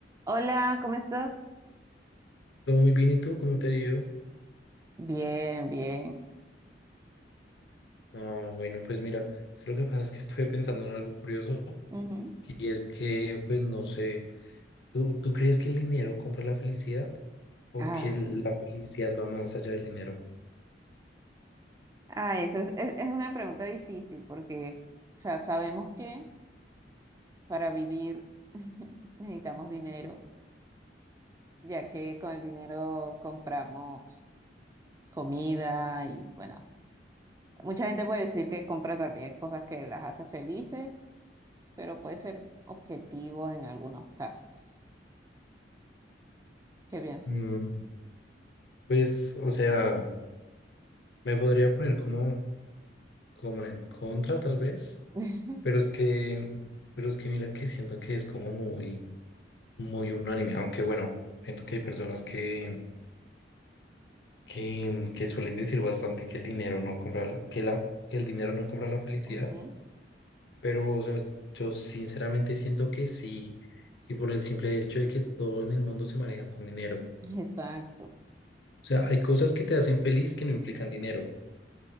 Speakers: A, on the right; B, on the left.
A: Hola, ¿cómo estás?
B: Todo muy bien, ¿y tú cómo te ha ido?
A: Bien, bien.
B: Ah, bueno, pues mira, lo que pasa es que estoy pensando en algo curioso
A: Ujú.
B: y es que, pues no sé, ¿tú, tú crees que el dinero compra la felicidad o
A: Ah,
B: que la felicidad va más allá del dinero?
A: ah, esa es, es- es una pregunta difícil porque, o sea, sabemos que para vivir <laughs> necesitamos dinero, ya que con el dinero compramos comida y, bueno, mucha gente puede decir que compra también cosas que las hace felices, pero puede ser objetivo en algunos casos. ¿Qué piensas?
B: Mm, pues, o sea, me podría poner como, como en contra tal vez,
A: <laughs>
B: pero es que, pero es que mira que siento que es como muy, muy unánime, aunque bueno, siento que hay personas que que, que suelen decir bastante que el dinero no compra la, que la, que el dinero no compra la felicidad,
A: Ujú,
B: pero o sea, yo sinceramente siento que sí, y por el simple hecho de que todo en el mundo se maneja con dinero. O
A: Exacto.
B: sea, hay cosas que te hacen feliz que no implican dinero,